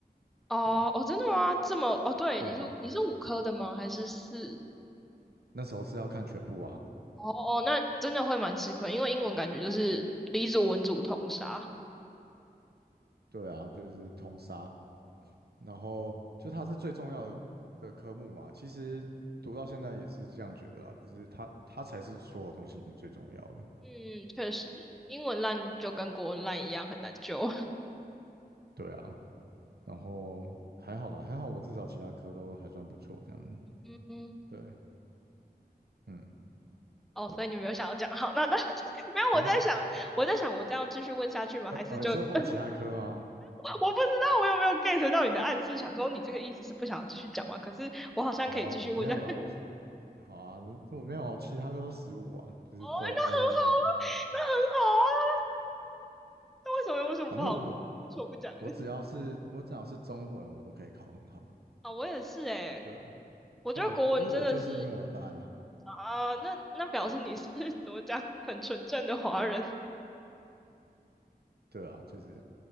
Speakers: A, in the centre; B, on the right.
A: 哦哦，
B: 对
A: 真的吗？这么哦，对，
B: 对啊，
A: 你是你是五科的吗？还是四？
B: 那时候是要看全部啊，
A: 哦哦，那真的会蛮吃亏，因为英文感觉就是理组文组通杀。
B: 对啊，就是通杀，然后就它是最重要的的科目嘛。其实读到现在也是这样觉得啦，就是它它才是所有东西里面最重要的。
A: 嗯，确实，英文烂就跟国文烂一样，很难救。<laughs>
B: 对啊，然后还好啦，还好我至少其他科都还算不错这样子。
A: 嗯嗯，
B: 对，嗯
A: 哦，所以你没有想要讲好，那那没有，
B: <laughs>
A: 我在想，
B: 啊。
A: 我在想，我再要继续问下去吗？
B: 呃呃，
A: 还是就
B: 你说我其他科吗？
A: <laughs> 我不知道我有没有 get 到你的暗示，想说你这个意思是不想要继续讲吗？可是我好像可以继续问下
B: 哦，没有啦，我是好啊，我没有，其他科都十五啊，就是都是都是满分。
A: 哦，那很好啊，那很好啊，那为什么为什么不好？
B: 反正我
A: 为什么不讲呢？
B: 我只要是我只要是中文，
A: <laughs>
B: 我都可以考很好。
A: 啊，我也是哎。
B: 对，
A: 我觉得国文真的是
B: 啊我因为我就是英文烂啊，
A: 啊，那那表示你是 <laughs> 怎么讲，很纯正的华人，
B: 对啊，就是，